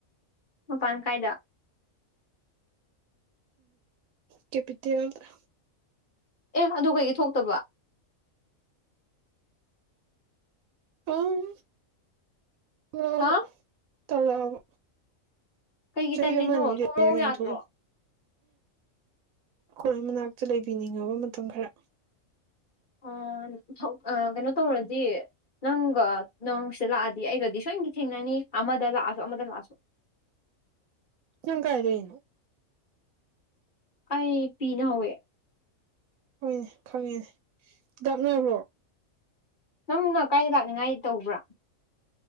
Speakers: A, on the left; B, on the right.
A: ꯃꯄꯥꯟ ꯀꯥꯏꯗ
B: ꯀꯦꯄꯤꯇꯦꯜ ꯗꯥ
A: ꯑꯦ ꯑꯗꯨ ꯀꯩꯒꯤ ꯊꯣꯛꯇꯕ
B: ꯑꯥ ꯇꯜꯂꯕꯥ
A: ꯍꯥ
B: ꯇꯜꯂꯛꯑꯕ
A: ꯀꯩꯒꯤ
B: ꯆꯍꯤ
A: ꯇꯜꯂꯤꯅꯣ
B: ꯑꯃꯑꯅꯤ
A: ꯊꯣꯛꯂꯛꯎ
B: ꯂꯩꯔ ꯑꯣꯏꯅ
A: ꯌꯥꯗ꯭ꯔꯣ
B: ꯊꯣꯛꯑꯒꯦ ꯈꯣꯏ ꯃꯅꯥꯛꯇ ꯂꯩꯕꯤꯅꯤꯡꯉꯕ ꯃꯇꯝ ꯈꯔꯥ
A: ꯑ ꯥꯥꯊꯣꯛ ꯑꯥ ꯀꯩꯅꯣ ꯇꯧꯔꯗꯤ ꯅꯪꯒ ꯅꯪꯁꯤꯗ ꯂꯥꯛꯑꯗꯤ ꯑꯩꯒꯗꯤ ꯁꯣꯏꯗꯀꯤ ꯊꯦꯡꯅꯅꯤ ꯑꯃꯗ ꯂꯥꯛꯑꯁꯨ ꯑꯃꯗ ꯂꯥꯛꯑꯁꯨ
B: <inaudible> ꯅꯪ ꯀꯥꯏ ꯂꯩꯅꯣ
A: ꯑꯩ ꯄꯤꯅ ꯍꯧꯋꯦ
B: ꯍꯣꯏꯅꯦ ꯈꯪꯉꯤꯅꯦ ꯗꯥꯛꯅꯣꯏꯕ꯭ꯔꯣ
A: ꯅꯪꯅ ꯀꯥꯏꯗ ꯂꯥꯛꯅꯤꯉꯥꯏ ꯇꯧꯕ꯭ꯔꯥ